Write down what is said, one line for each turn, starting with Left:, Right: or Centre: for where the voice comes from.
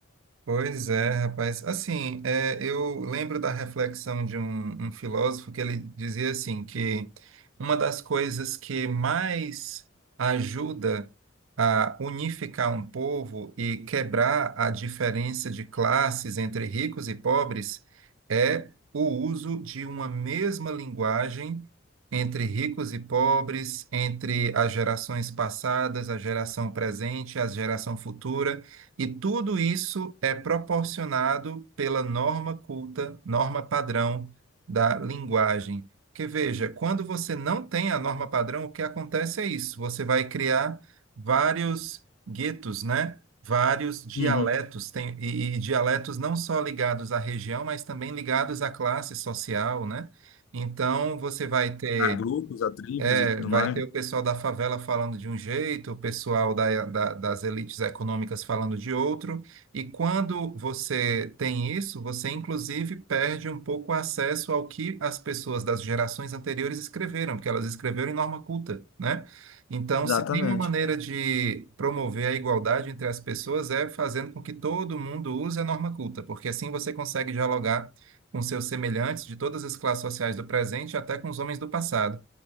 Right: Pois é, rapaz. Assim, é, eu lembro da reflexão de um, um filósofo que ele dizia assim que uma das coisas que mais ajuda a unificar um povo e quebrar a diferença de classes entre ricos e pobres é o uso de uma mesma linguagem entre ricos e pobres, entre as gerações passadas, a geração presente, a geração futura. E tudo isso é proporcionado pela norma culta, norma padrão da linguagem. Porque veja, quando você não tem a norma padrão, o que acontece é isso: você vai criar vários guetos, né? Vários dialetos,
Left: Uhum.
Right: tem, e, e dialetos não só ligados à região, mas também ligados à classe social, né? Então, você vai ter
Left: A grupos, a tribos
Right: é,
Left: e tudo
Right: vai
Left: mais.
Right: ter o pessoal da favela falando de um jeito, o pessoal da- da- das elites econômicas falando de outro, e quando você tem isso, você inclusive perde um pouco o acesso ao que as pessoas das gerações anteriores escreveram, porque elas escreveram em norma culta, né? Então,
Left: Exatamente.
Right: se tem uma maneira de promover a igualdade entre as pessoas é fazendo com que todo mundo use a norma culta, porque assim você consegue dialogar com seus semelhantes de todas as classes sociais do presente até com os homens do passado.